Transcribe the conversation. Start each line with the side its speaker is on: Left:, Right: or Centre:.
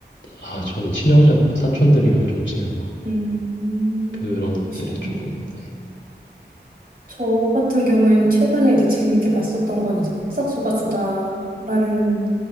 Left: 아, 저는 친형제는 없고 사촌들이랑 좀 친해서
Right: 음,
Left: 그런
Right: 그러시구나.
Left: 것들이 조금, 네.
Right: 저 같은 경우에는 최근에 이제 재밌게 봤었던 건 이제 폭삭소가수다라는